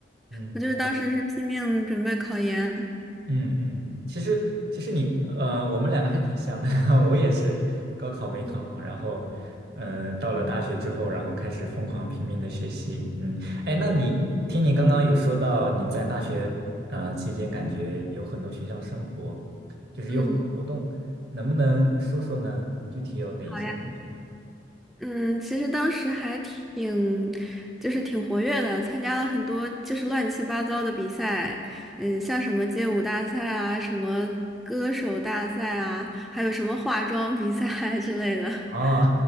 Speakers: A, on the right (about 60°); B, in the centre.
A: 嗯
B: 我就是当时是拼命准备考研。
A: 嗯嗯，其实其实你呃，我们两个还挺像的，<laughs> 我也是高考没考好，
B: 嗯，
A: 然后呃，到了大学之后，然后开始疯狂拼命的学习，嗯，哎，那你听你刚刚有说到你在大学呃期间感觉有很多学校生活，就是有很多活动，
B: 嗯，
A: 能不能说说呢？具体有哪一些活动？
B: 好呀嗯，其实当时还挺，就是挺活跃的，参加了很多就是乱七八糟的比赛，嗯，像什么街舞大赛啊，什么歌手大赛啊，还有什么化妆比赛 <laughs> 之类的。
A: 哦，
B: <laughs>